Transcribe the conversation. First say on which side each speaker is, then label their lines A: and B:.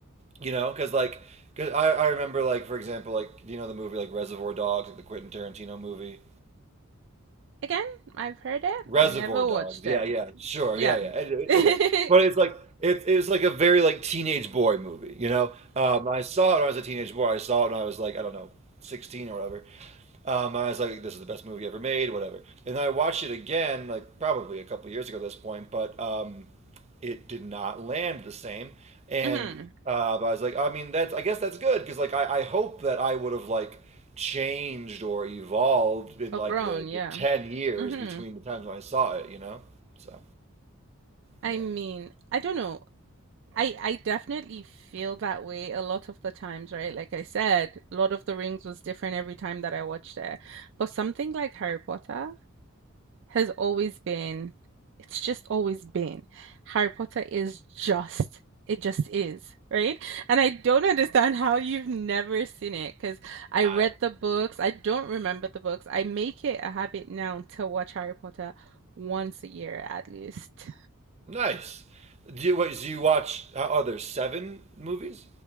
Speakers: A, on the right; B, on the right.
A: You know, because like, cause I I remember like for example like you know the movie like Reservoir Dogs, like the Quentin Tarantino movie.
B: <laughs> again i've heard it
A: Reservoir
B: never
A: Dogs.
B: watched it
A: Yeah, yeah, sure.
B: yeah
A: Yeah, yeah. Anyway,
B: <laughs> mhm
A: anyway. but it's like it, it was like a very like teenage boy movie, you know? Um, I saw it when I was a teenage boy. I saw it when I was like, I don't know, 16 or whatever. Um, I was like, this is the best movie ever made, whatever. And then I watched it again, like probably a couple years ago at this point, but um, it did not land the same. And
B: mhm
A: uh, but I was like, I mean, that's I guess that's good because like I, I hope that I would have like changed or evolved in
B: or
A: like
B: grown
A: the,
B: yeah
A: the 10 years
B: mhm
A: between the times when I saw it, you know? So,
B: i
A: yeah.
B: mean i don't know I I definitely feel that way a lot of the times, right? Like I said, Lord of the Rings was different every time that I watched it. But something like Harry Potter has always been, it's just always been. Harry Potter is just, it just is, right? And I don't understand how you've never seen it because I
A: I
B: read the books. I don't remember the books. I make it a habit now to watch Harry Potter once a year at least.
A: nice. Do you, wait, so you watch uh, are there seven movies?